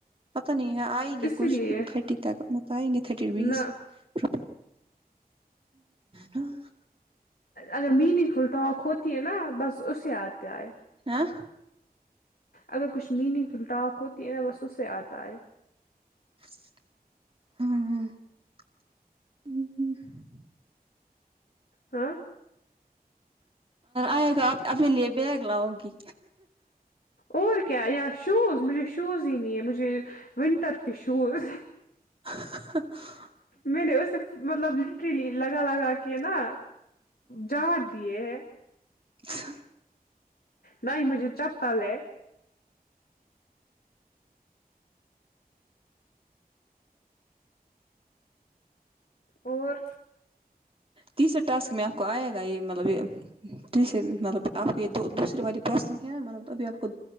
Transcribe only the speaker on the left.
اسی
لیے
نہ
اگر میننگ فل ٹاک ہوتی ہے نا بس اسے آتے آئے
اگر کچھ میننگ فل ٹاک ہوتی ہے نا بس اس سے آتا ہے
ہاں
اور کیا یاں شوز مجھے شوز ہی نہیں ہے مجھے ونٹر کے شوز
میں نے اسے مطلب لٹریلی لگا لگا کے نا جاڑ دیے ہے
نہیں مجھے چپل ہے اور